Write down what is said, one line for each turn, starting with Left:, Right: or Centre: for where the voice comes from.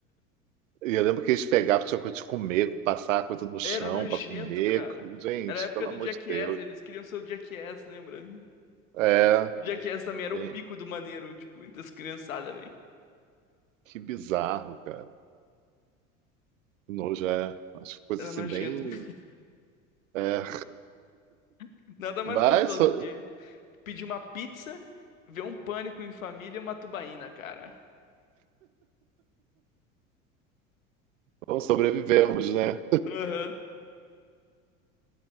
Right: E eu lembro que eles pegavam, tinha coisa de comer, passar a coisa no chão
Left: Era nojento,
Right: para comer.
Left: cara.
Right: Gente,
Left: Era a época
Right: pelo
Left: do
Right: amor
Left: Jackass,
Right: de Deus.
Left: eles queriam ser o Jackass, lembra?
Right: É,
Left: O Jackass também era
Right: gente,
Left: o pico do maneiro, tipo, entre as criançadas, velho.
Right: que bizarro, cara. Que Nojo é. Acho que coisa
Left: Era
Right: assim
Left: nojento
Right: bem.
Left: mesmo.
Right: é.
Left: <laughs> Nada mais
Right: Mas
Left: gostoso
Right: so-
Left: que pedir uma pizza, ver um Pânico em Família e uma tubaína, cara.
Right: bom, sobrevivemos, né?
Left: Aham,